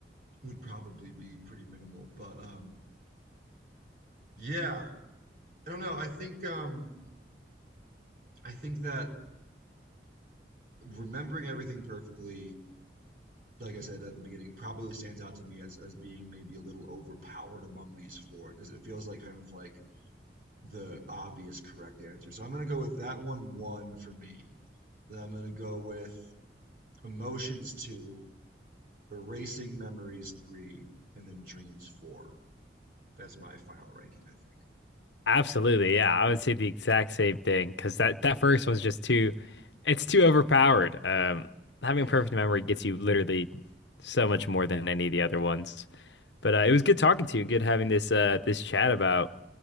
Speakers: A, on the right; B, on the left.
A: would probably be pretty minimal. But um, yeah, I don't know. I think um, I think that remembering everything perfectly, like I said at the beginning, probably stands out to me as as being maybe a little overpowered among these four because it feels like kind of like the obvious correct answer. So I'm gonna go with that one one for me. Then I'm gonna go with emotions two, erasing memories three, and then dreams four. That's my final ranking, I think.
B: Absolutely, yeah. I would say the exact same thing because that that first one's just too, it's too overpowered. Um, having
A: Yeah.
B: perfect memory gets you literally so much more than any of the other ones. But uh, it was good talking to you and good having this uh this chat about